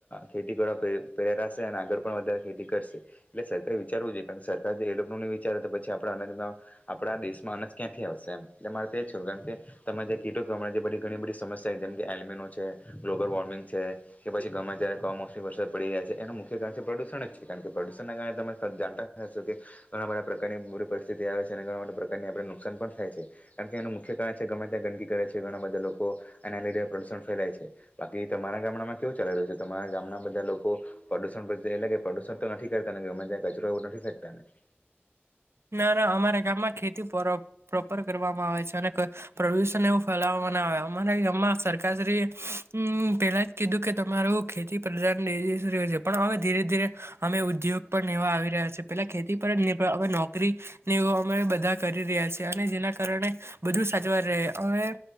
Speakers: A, on the left; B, on the right.
A: ખેતી કરવા પ્રેરાશે અને આગળ પણ ખેતી કરશે એટલે સરકારે વિચારવું જોઈએ, કારણ કે સરકાર જે એ લોકો નહી, વિચાર તો પછી આપડા અનાંદમાં આપણા દેશમાં અનજ ક્યાંથી આવશે એમ તમારે છોું, કેમ કે તમે જે કીટ જે બધી ઘણી બધી સમસ્યા એમી છે, ગ્લોબલ વોર્મિંગ છે, કે પછી ઘરમાં જયારે કમોસમી વરસાદ પડી જાય છે, એનું મુખ્ય કાર પ્રદૂષણ જ છે, કારણ, કે પ્રદુષણના કારણે તમે જાણતા શશો કે ઘણા બધા પ્રકારની બરી પરિસ્થિતિ આવે છે. પ્રકાર નુકસાન પણ થાય છે, કારણ કે એનું મુખ્ય કારણ ગમે ત્યાં ગંદકી કરે છે, ઘણા બધા લોકો એનાથી જે ફેલાય છે. બાકી તમારા ગામડામાં કેવું ચાલી રહ્યું છે? તમારા ગામના બ ધા લોકો પ્રદુષણ પર તે એટલે કે પ્રદુષણ તો નથી ને, ગમે ત્યાં કચરો નથી ફેંકતા ને. <inaudible>
B: ના. ના. અમારા ગામમાં ખેતી પર-પ્રોપર કરવામાં આવે છે અને પ્રદુષણ એવું ફેલા બનાવે. અમારા ગમાં સરકારશ્રી એ અમ પેલા જ કીધું કે તમારું ખેતી પ્રધાન દે એજ રે છે પણ હવે ધીરે ધીરે અમે ઉદ્યોગ પણ નેવા આવી રહ્યા છે. પેલા ખેતી પર જ નિર્ભર હવે નોક કરી ને એવું અમે બધા કરી રહ્યા છીએ અને જેના કારણે બધું સાચવાઈ રહે. હવે